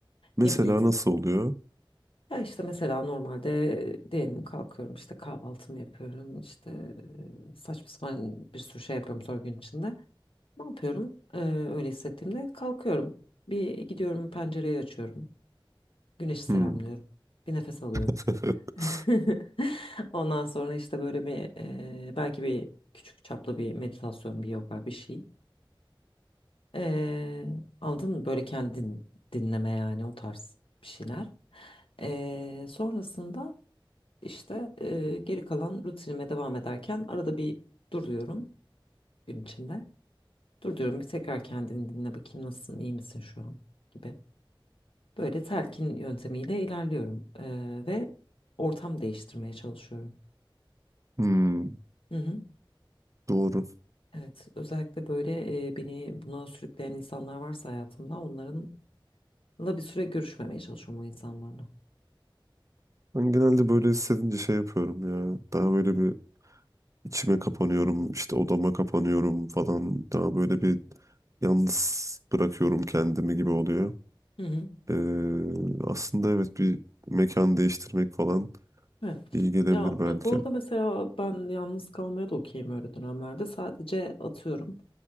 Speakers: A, on the right; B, on the left.
A: Mesela
B: Ne bileyim
A: nasıl oluyor?
B: ya işte mesela normalde e, diyelim kalkıyorum işte kahvaltımı yapıyorum işte e, saçma sapan bir sürü şey yapıyorum sonra gün içinde. Ne yapıyorum? Ee, öyle hissettiğimde kalkıyorum. Bir gidiyorum pencereyi açıyorum. Güneşi selamlıyorum.
A: Hmm.
B: Bir nefes alıyorum.
A: <laughs>
B: <laughs> Ondan sonra işte böyle bir e, belki bir küçük çaplı bir meditasyon, bir yoga bir şey. Ee, aldın mı böyle kendin dinleme yani o tarz bir şeyler. Ee, sonrasında işte e, geri kalan rutinime devam ederken arada bir duruyorum gün içinde. Dur diyorum bir tekrar kendini dinle bakayım nasılsın, iyi misin şu an gibi. Böyle telkin yöntemiyle ilerliyorum Ee, ve ortam değiştirmeye çalışıyorum.
A: Hmm.
B: Hı hı.
A: Doğru.
B: Evet, özellikle böyle e, beni buna sürükleyen insanlar varsa hayatımda onlarınla bir süre görüşmemeye çalışıyorum o insanlarla.
A: Ben genelde böyle hissedince şey yapıyorum ya. Daha böyle bir içime kapanıyorum, işte odama kapanıyorum falan. Daha böyle bir yalnız bırakıyorum kendimi gibi oluyor.
B: Hı hı.
A: Ee, aslında evet bir mekan değiştirmek falan
B: Evet.
A: iyi gelebilir
B: Ya
A: belki.
B: bu bu arada mesela ben yalnız kalmaya da okeyim öyle dönemlerde. Sadece atıyorum.